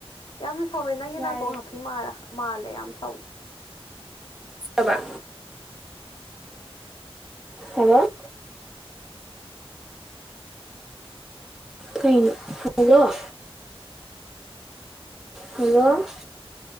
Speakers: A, on the left; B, in the centre.
A: ꯌꯥꯝ ꯁꯧꯋꯦ ꯅꯪꯒꯤ ꯅꯥꯀꯣꯡ
B: ꯌꯥꯔꯦ
A: ꯍꯥꯐꯤ ꯃꯥꯜꯂꯦ ꯌꯥꯝ ꯁꯧꯋꯦ
B: ꯆꯕ ꯍꯂꯣ ꯀꯩꯅꯣ ꯍꯜꯂꯣ ꯍꯜꯂꯣ